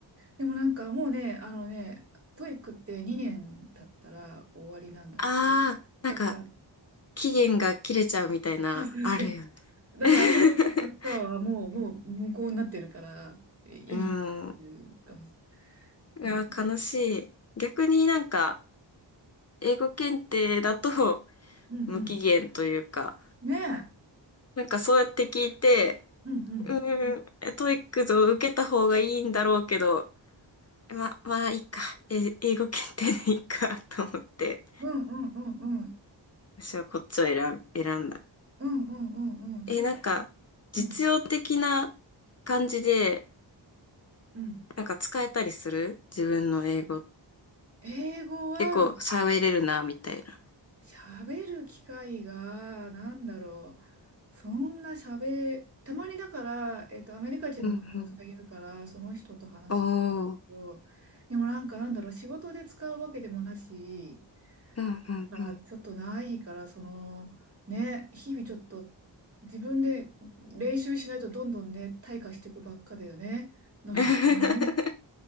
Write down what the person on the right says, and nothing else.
でもなんかもうね、あのね、トイックって2年経ったら終わりなんだって。
だから、
そうそうそう。
だから、
あれのパパパはもう、もう無効になってるから、え意味になってるかもし
れない。ね。
うんうん。
ねえ。
うんうん。
うんうんうんうん。
うんうんうんうん。そっか
うん。
うん。
英語は、
喋る機会が、なんだろう。そんな喋、たまにだから、えっと、アメリカ人の友達がいるから、
その人と話すんだけど、
でもなんか、なんだろう、仕事で使うわけでもなし、
だからちょっとないから、その、ね、日々ちょっと自分で練習しないとどんどんね、退化していくばっかだよね。能力がね。